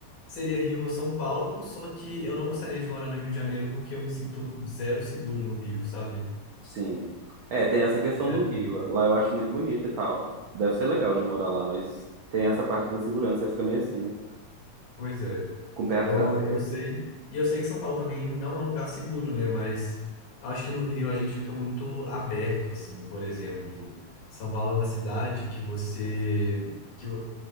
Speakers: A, on the left; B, on the right.
A: seria Rio ou São Paulo, só que eu não gostaria de morar no Rio de Janeiro porque eu me sinto zero seguro no Rio, sabe?
B: sim. É, tem essa questão
A: Zero
B: do Rio.
A: mesmo.
B: Lá eu acho muito bonito e tal. Deve ser legal de morar lá, mas tem essa parte da segurança, fica meio assim, né?
A: Pois é.
B: Com o pé atrás.
A: Eu, eu sei. E eu sei que São Paulo também não é um lugar seguro, né? Mas acho que no Rio a gente fica muito aberto, assim. Por exemplo, São Paulo é uma cidade que você... Que, vo-